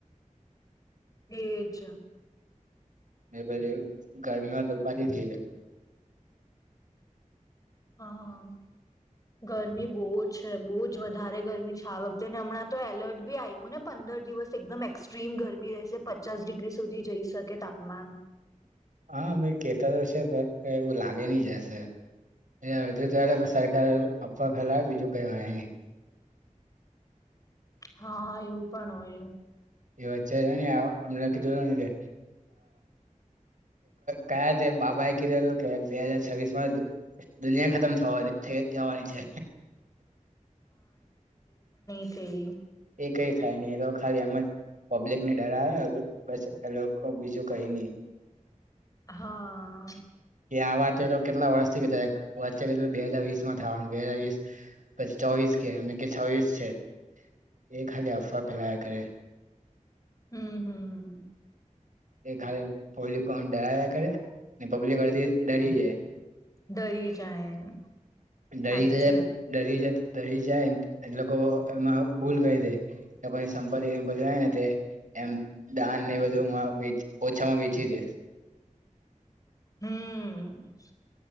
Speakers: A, on the left; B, on the right.
A: એજ.
B: એ પછી ગરમી માં તો ઉપાધી થઈ જાય.
A: હા, ગરમી બો છે. બો જ વધારે ગરમી છે. આ વખતેને હમણાં તો એલર્ટ ભી આઈપ મને પંદર દિવસ એકદમ એક્ ટ્રીમ ગરમી રહેશે. પચાસ ડિગ્રી સુધી જઈ શકે તાપમાન.
B: હા, ભઈ કેતા તો છે. પણ કઈ એવું લાગે નહી જાશે એ અડધી તો આ લોકો સરકાર અફવા ફેલાવે બીજું કઈ હોય નહી.
A: હા, એવું પણ હોય.
B: એ વચ્ચે જોની આ એમને કીધેલુ ને કે કયા તે બાબા એ કીધેલુ કે બે હાજર છવ્વીસ માં દુનિયા ખતમ થવાની, થઈ જ જવાની છે.
A: છે.
B: એ કઈ થાય નહી એ તો ખાલી એમ જ પબ્લિક ને ડરાવે બસ એ લોકો બીજું કઈ નહી.
A: હા
B: કે આ વાત કેટલા વર્ષથી કહેતા છે, વચ્ચે બે હાજર વીસ માં થવાનું બે હાજર વીસ પછી ચોવીસ કે કે છોવીસ છે એ ખાલી અફવા ફેલાયા કરે.
A: હમ હમ
B: એ ખાલી પબ્લિક ડરાવ્યા કરે ને પબ્લિક અડધી ડરી જાય.
A: ડરી જાય.
B: ડરી
A: હાચે
B: તો જ ડરી જ દરી જાયને લોકો એમાં ભૂલ કરી દે, લોકોની સંપત્તિ વાંપંપતી હોય ને તે એમ દાનને બધુંમાં ઓછામાં વેચી દે.
A: હમ